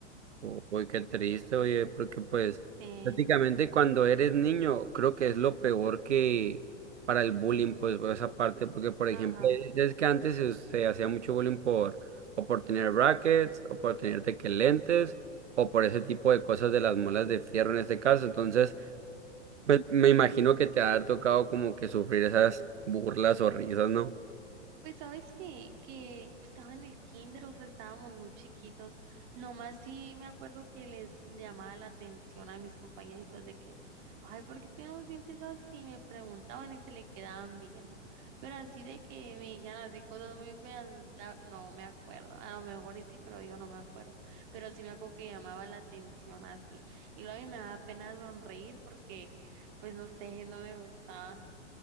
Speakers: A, on the right; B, on the right.
A: Uy, qué triste, oye, porque pues
B: Sí,
A: prácticamente cuando eres niño creo que es lo peor que para el bullying, pues por esa parte, porque por ejemplo,
B: ajá.
A: es que antes se, se hacía mucho bullying por o por tener brackets o por tener tequelentes o por ese tipo de cosas de las muelas de fierro en este caso, entonces pues, me imagino que te ha tocado como que sufrir esas burlas o risas, ¿no?
B: Pues sabes que, que estaba en el kinder, o sea, estábamos muy chiquitos. Nomás sí me acuerdo que les llamaba la atención a mis compañeritos de que, ay, ¿por qué tienen los dientes así? Me preguntaban y se le quedaban viendo. Pero así de que me dijeran así cosas muy feas, la- no me acuerdo. A lo mejor y sí, pero yo no me acuerdo. Pero sí me acuerdo que llamaba la atención así. Y luego a mí me daba pena sonreír porque, pues no sé, no me gustaba.